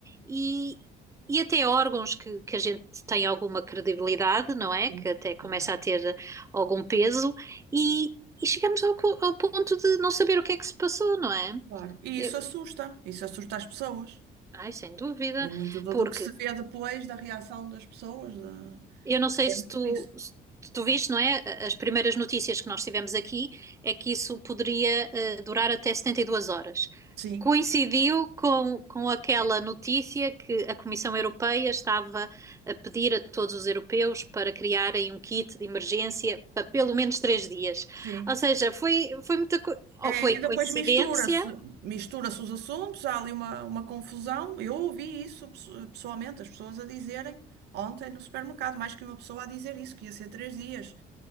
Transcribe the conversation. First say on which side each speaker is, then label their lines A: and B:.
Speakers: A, on the right; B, on the right.
A: e, e até órgãos que, que a gente tem alguma credibilidade, não é?
B: sim,
A: Que até começa
B: é verdade.
A: a ter algum peso, e, e chegamos ao, co- ao ponto de não saber o que é que se passou, não é?
B: Claro. E
A: Eu-
B: isso assusta, isso assusta as pessoas.
A: ai, sem dúvida,
B: E muito do,
A: porque
B: do que se vê depois da reação das pessoas, da-
A: eu não sei
B: é
A: se
B: muito
A: tu,
B: disso.
A: se tu viste, não é? As primeiras notícias que nós tivemos aqui é que isso poderia eh, durar até 72 horas.
B: Sim,
A: Coincidiu com, com aquela notícia que a Comissão Europeia estava a pedir a todos os europeus para criarem um kit de emergência para pelo menos três dias.
B: sim.
A: Ou seja, foi, foi muita, co- ou
B: É,
A: foi
B: e
A: coincidência?
B: depois mistura-se, mistura-se os assuntos, há ali uma, uma confusão. Eu ouvi isso pesso- pessoalmente, as pessoas a dizerem ontem no supermercado, mais que uma pessoa a dizer isso, que ia ser três dias.